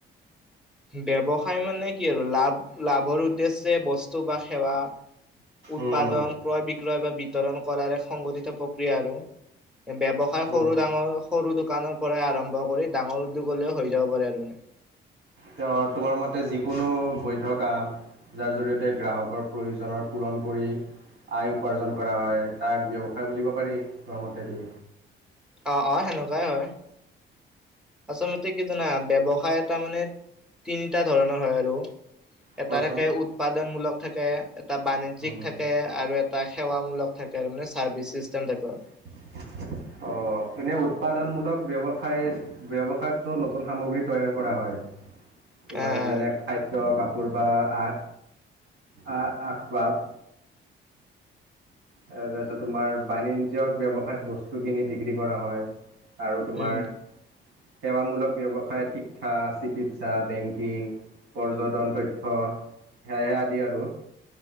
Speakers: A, in the centre; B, on the right.
A: ব্যৱসাই মানে কি আৰু লাভ লাভৰ উদ্দেশ্যে বস্তু বা সেৱা উৎপাদন
B: উম,
A: ক্ৰয় বিক্ৰয় বা বিভ- বিতৰণ কৰা এক সংঘঠিত প্ৰক্ৰিয়া আৰু ব্যৱসাই সৰু
B: উম,
A: ডাঙৰ সৰু- দোকানৰ পৰাই আৰম্ভ কৰি ডাঙৰ উদ্যোগলৈও হৈ যাব পাৰে আৰু মানে।
B: তেওঁ তোমাৰ মতে যিকোনো বৈধ্য কাম জাৰ জৰিয়তে গ্ৰাহকৰ প্ৰয়োজনৰ পূুৰণ- কৰি আয় উপাৰ্জন কৰা হয়। তাক ব্যৱসায় বুলিব পাৰি তোমাৰ মতেদি।
A: অঁ অঁ সেনেকুৱাই হয়। আচলতে কি জানা ব্যৱসায় এটা মানে তিনিটা ধৰণৰ হয় আৰু। এটা
B: কোৱাচোন?
A: থাকে উৎপাদনমূলক থাকে। এটা বাণিজ্যিক
B: উম।
A: থাকে আৰু এটা সেৱামূলক থাকে আৰু মানে চাৰ্ভিছ চিন্টেম টাইপৰ।
B: <unintelligible> অঁ এনেই উৎপাদনমূলক ব্যৱসায় ব্যৱসায়তো নতুন সামগ্ৰী তৈয়াৰ কৰা হয়। <unintelligible> তোমাৰ
A: আহ
B: যেনে খাদ্য কাপোৰ বা আ আ আস বাৰ- তাৰপিছত তোমাৰ বাণিজ্যিক ব্যৱসায়ত বস্তু কিনি বিক্ৰী কৰা হয়। আৰু তোমাৰ-
A: উম
B: সেৱামূলক ব্যৱসায়ত শিক্ষা, চিকিৎসা, বেংকিং- পৰ্যটন তথ্য সেয়াই আদি আৰু।